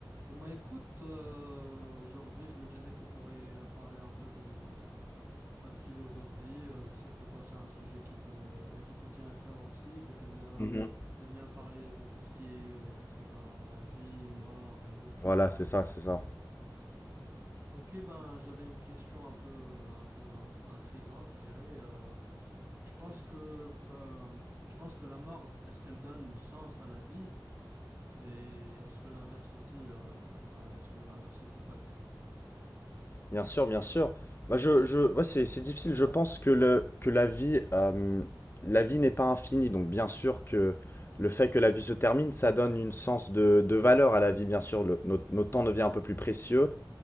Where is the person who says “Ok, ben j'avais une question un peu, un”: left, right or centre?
Right